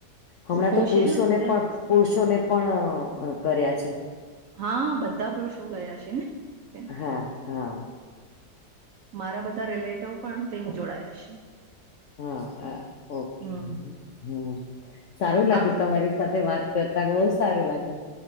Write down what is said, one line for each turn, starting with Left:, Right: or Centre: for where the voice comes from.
Left: હમણાં
Right: હું
Left: તો પુરુષોને
Right: છે ને તેનો
Left: પણ, પુરુષોને પણ કર્યા છે.
Right: હા, બધા પુરુષો ગયા છે ને? તેમ.
Left: હા, હા.
Right: મારા બધા રિલેટિવ પણ તેમ જોડાયા છે.
Left: હા, હા, ઓકે.
Right: હમ
Left: હ, સારું લાગ્યું
Right: આ
Left: તમારી સાથે વાત કર. બહુ સારું લાગ્યું,